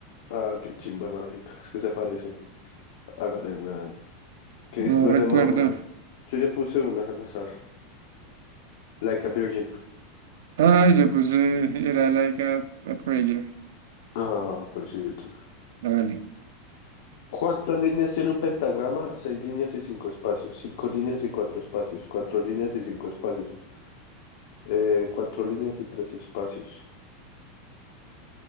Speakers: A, on the left (about 60°); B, on the right (about 75°).
A: Ah, qué chimba mágica. Es que se parecen. Hágale, weón. ¿Qué discos
B: No recuerdo.
A: de Madonna? Yo ya puse una al azar. Like a Virgin.
B: Ah, yo puse, era like a, a prayer.
A: Ah, por cierto
B: Hágale.
A: ¿Cuántas líneas tiene un pentagrama? Seis líneas y cinco espacios. Cinco líneas y cuatro espacios. Cuatro líneas y cinco espacios. Eh, cuatro líneas y tres espacios.